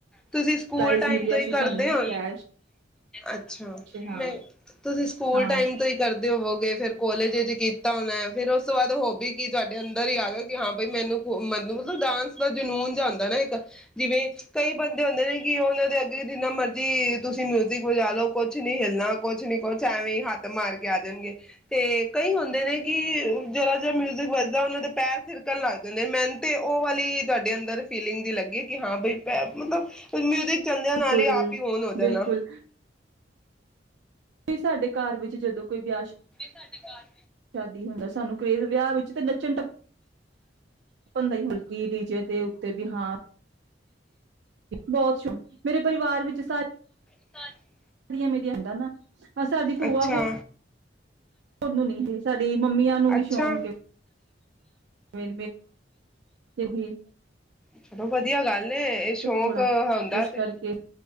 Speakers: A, in the centre; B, on the right.
A: ਤੁਸੀਂ ਸਕੂਲ
B: ਪ੍ਰਾਈਜ਼
A: ਟਾਈਮ
B: ਮਿਲਿਆ
A: ਤੋਂ ਹੀ
B: ਸੀ
A: ਕਰਦੇ
B: ਸਾਨੂੰ
A: ਹੋ
B: ਕੈਸ਼
A: ਅੱਛਾ,
B: ਹਾਂ
A: ਮੈਂ ਤੁਸੀਂ ਸਕੂਲ
B: ਹਾਂ
A: ਟਾਈਮ ਤੋਂ ਹੀ ਕਰਦੇ ਹੋਵੋਗੇ ਫੇਿਰ ਕੋਲੇਜ ਵਿੱਚ ਕੀਤਾ ਹੁਣਾ ਫੇਰ ਉਸ ਤੋਂ ਬਾਅਦ ਹੋਬੀ ਕੀ ਤੁਹਾਡੇ ਅੰਦਰ ਹੀ ਆ ਗਿਆ ਕਿ ਹਾਂ ਬਾਈ ਮੈਨੂੰ ਮਤਲਬ ਡਾਂਸ ਦਾ ਜਨੂੰਨ ਜਿਹਾ ਹੁੰਂਦਾ ਨਾ ਇੱਕ ਜਿਵੇਂ ਕਈ ਬੰਦੇ ਹੁੰਦੇ ਨੇ ਕਿ ਉਹ ਉਹਨਾਂ ਦੇ ਅੱਗੇ ਜਿੰਨਾ ਮਰਜ਼ੀ ਤੁਸੀਂ ਮਿਊਜ਼ਿਕ ਵਜਾ ਲਓ, ਕੁਛ ਨੀ ਹਿਲਣਾ ਕੁਛ ਨੀ ਕੁਛ ਐਵੇਂ ਹੀ ਹੱਥ ਮਾਰ ਕੇ ਆ ਜਾਣਗੇ। ਤੇ ਕਈ ਹੁੰਦੇ ਨੇ ਕਿ ਜਰਾ ਜਿਹਾ ਮਿਊਜਿਕ ਵਜਦਾ ਉਹਨਾਂ ਦੇ ਪੈਰ ਥਿਰਕਣ ਲੱਗ ਜਾਂਦੇ। ਮੈਨੂੰ ਤੇ ਉਹ ਵਾਲੀ ਤੁਹਾਡੇ ਅੰਦਰ ਫੀਲਿੰਗ ਜੀ ਲੱਗੀ ਕਿ ਹਾਂ ਬਈ ਪੈ ਮਤਲਬ ਫਿਰ ਮਿਊਜਿਕ ਚਲਦਿਆਂ
B: ਬਿਲਕੁਲ
A: ਨਾਲ ਹੀ ਆਪ ਹੀ ਓਨ ਔਨ ਹੋ
B: ਬਿਲਕੁਲ
A: ਜਾਣਾ।
B: ਵੀ ਸਾਡੇ ਘਰ ਵਿੱਚ ਜਦੋਂ ਕੋਈ ਵਿਆਹ
A: ਸਾਡੇ ਘਰ
B: ਵਿਆਹ -ਸ਼ਾਦੀ ਹੁੰਦਾ ਸਾਨੂੰ ਕਰੇਜ਼ ਵਿਆਹ ਵਿੱਚ ਤੇ ਨੱਚਣ ਟੱਪਣ ਦਾ ਹੀ ਹੁੰਦਾ ਕੇ ਡੀਜੇ ਦੇ ਉੱਤੇ ਵੀ ਹਾਂ ਬਹੁਤ ਸ਼ੌਕ ਮੇਰੇ ਪਰਿਵਾਰ ਵਿੱਚ ਸਾਰੇ
A: ਅ <unintelligible>
B: ਤਾਹਿਆਂ ਮੈਂ ਲਿਆਂਦਾ ਨਾਹ, ਹਾਂ ਸਾਡੀ ਭੂਆ
A: ਅੱਛਾ
B: ਹੋ ਓਹਨੂੰ ਨਹੀ, ਤੇ ਸਾਡੀ ਮੰਮੀਆਂ ਨੂੰ ਵੀ
A: ਅੱਛਾ
B: ਸ਼ੌਂਕ ਤਏ ਤੇ ਫੇਰ।
A: ਛੱਡੋ ਭਾਜੀ ਵਧੀਆ ਗੱਲ ਏ। ਇਹ ਸ਼ੌਕ
B: ਥੋੜਾ
A: ਹੁੰਦਾ
B: ਇਸ
A: ਤੇ
B: ਕਰਕੇ